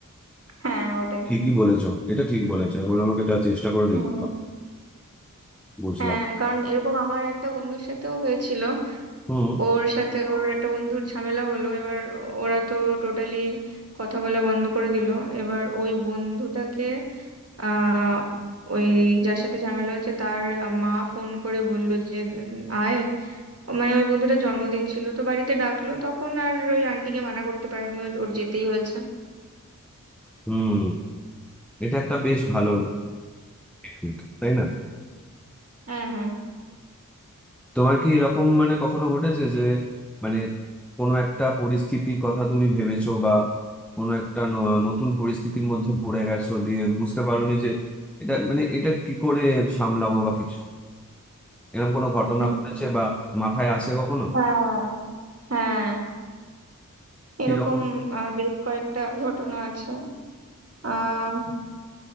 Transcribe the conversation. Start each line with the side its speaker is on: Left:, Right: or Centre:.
Right: হ্যাঁ ওটাই
Centre: ঠিকই বলেছো এটা ঠিক বলেছো এখন আমাকে এটা চেষ্টা করে দেখতে
Right: হুম
Centre: হবে বুঝলাম
Right: হ্যাঁ কারণ এরকম আমার একটা বন্ধুর সাথেও হয়েছিল
Centre: হুম
Right: ওর সাথে ওর একটা বন্ধুর ঝামেলা হলো এবার ওরা তো টোটালি কথা বলা বন্ধ করে দিল এবার ওই বন্ধুটাকে আহ ওই যার সাথে ঝামেলা হয়েছে তার মা ফোন করে বললো যে উম, আয় মানে ওই বন্ধুটার জন্মদিন ছিল তো বাড়িতে ডাকলো তখন আর ওই আন্টিকে মানা করতে পারেনি ও- ওর যেতেই হয়েছে
Centre: হুম এটা একটা বেশ ভালো টেকনিক তাই না
Right: হ্যাঁ হ্যাঁ
Centre: তোমার কি এরকম মানে কখনো ঘটেছে যে মানে কোনো একটা পরিস্থিতির কথা তুমি ভেবেছো বা কোনো একটা ন- নতুন পরিস্থিতির মধ্যে পড়ে গেছো দিয়ে বুঝতে পারোনি যে এটা মানে এটা কি করে সামলাবো বা কিছু এরকম কোনো ঘটনা
Right: হুম।
Centre: ঘটেছে বা মাথায় আসে কখনো
Right: হ্যাঁ হ্যাঁ এরকম
Centre: কিরকম
Right: আহ, বেশ কয়েকটা ঘটনা আছে আহ